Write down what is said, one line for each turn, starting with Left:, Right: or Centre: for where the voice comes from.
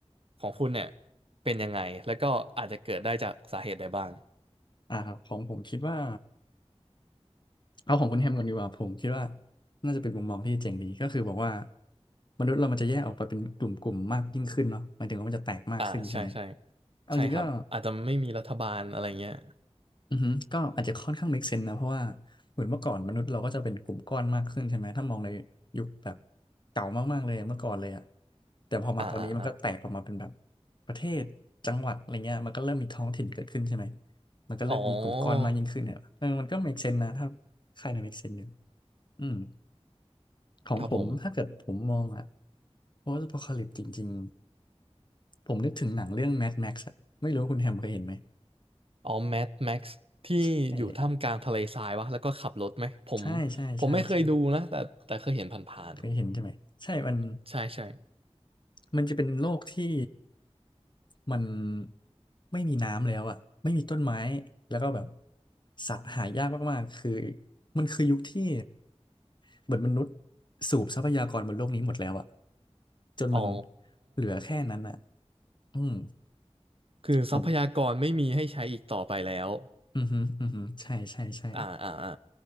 Right: ของคุณเนี่ยเป็นยังไงแล้วก็อาจจะเกิดได้จากสาเหตุใดบ้าง
Left: อ่าครับของผมคิดว่า เอาของคุณแฮมก่อนดีกว่าผมคิดว่าน่าจะเป็นมุมมองที่เจ๋งดีก็คือบอกว่ามนุษย์เรามันจะแยกออกไปเป็นกลุ่มๆมากยิ่งขึ้นเนาะหมายถึงว่ามันจะแตกมากขึ้นใช่ไหม
Right: อ่าใช่ใช่
Left: เอาจริงๆก็
Right: ใช่ครับอาจจะไม่มีรัฐบาลอะไรเงี้ย
Left: อือฮึก็อาจจะค่อนข้าง make sense นะเพราะว่าเหมือนเมื่อก่อนมนุษย์เราก็จะเป็นกลุ่มก้อนมากขึ้นใช่ไหมถ้ามองในยุคแบบเก่ามากๆเลยเมื่อก่อนเลยอะแต่พอมาตอนนี้มันก็แตกออกมาเป็นแบบ
Right: อ่าอ่าอ่า
Left: ประเทศจังหวัดอะไรเงี้ยมันก็เริ่มมีท้องถิ่นเกิดขึ้นใช่ไหมมันก็เริ่มมีกลุ่มก้อนมากยิ่งขึ้นเนี่ยเออมันก็
Right: อ๋อ
Left: make sense นะถ้าใครใน make sense อยู่อืมของผมถ้าเกิดผมมองอะ
Right: ครับผม
Left: post apocalypse จริงๆผมนึกถึงหนังเรื่อง Mad Max อะไม่รู้คุณแฮมเคยเห็นไหม
Right: อ๋อแมทแม็กซ์ที่อยู่ท่ามกลางทะเลทรายวะแล้วก็ขับรถไหมผม
Left: ใช่ใช่ใช่ใช่ใช่
Right: ผมไม่เคยดูนะแต่แต่เคยเห็นผ่าน
Left: เคยเห็นใช่ไหมใช่มัน
Right: ๆใช่ใช่
Left: มันจะเป็นโลกที่มันไม่มีน้ำแล้วอ่ะไม่มีต้นไม้แล้วก็แบบสัตว์หายากมากๆคือมันคือยุคที่เหมือนมนุษย์สูบทรัพยากรบนโลกนี้หมดแล้วอ่ะจนมัน
Right: อ๋อ
Left: เหลือแค่นั้นอ่ะอืม
Right: คือทรัพยากรไม่มีให้ใช้อีกต่อไปแล้ว
Left: ผมอือฮึอือฮึใช่ใช่ใช่
Right: อ่าอ่าอ่า